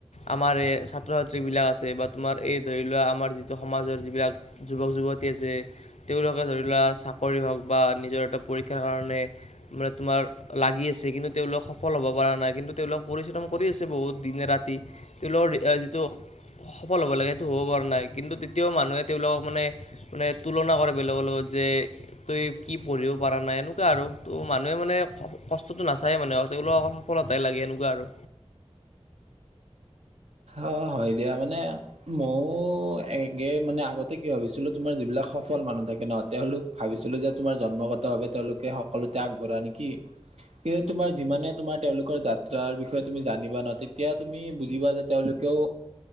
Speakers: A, on the left; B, on the right.
A: আমাৰ এই ছাত্ৰ -ছাত্ৰীবিলাক আছে বা তোমাৰ এই ধৰি লোৱা আমাৰ যিটো সমাজৰ যিবিলাক যুৱক -যুৱতী আছে তেওঁলোকে ধৰি লোৱা চাকৰি হওঁক বা নিজৰ এটা পৰীক্ষাৰ কাৰণে মানে তোমাৰ লাগি আ কিন্তু তেওঁলোক সফল হ'ব পৰা নাই কিন্তু তেওঁলোক পৰিশ্ৰম কৰি আছে বহুত দিনে -ৰাতি। তেওঁলোকৰ আ যিটো সফল হ'ব লাগে। সেইটো হ'ব পৰা নাই কিন্তু তেতিয়াও মানুহে তেওঁলোকক মানে মানে তুলনা কৰে বেলেগৰ লগত যে তই কি পঢ়িব পৰা নাই এনেকুৱা আৰু ত' মানুহে মানে কষ্ ষ্টটো নাচায়ে মানে আৰু তেওঁলোক অকল সফলতাই লাগে এনেকুৱা আৰু।
B: অঁ, হয় দিয়া মানে মও একে মানে আগতে কি ভাবিছিলোঁ তোমাৰ যিবিলাক সফল মানুহ থাকে ন' তেওঁলোক ভাবিছিলোঁ যে তোমাৰ জন্মগতভাৱে তেওঁলোকে সকলোতে আগবঢ়া নেকি? কে তোমাৰ যিমানে তোমাৰ তেওঁলোকৰ যাত্ৰাৰ বিষয়ে তুমি জানিবা ন' তেতিয়া তুমি বুজিবা যে তেওঁলোকেও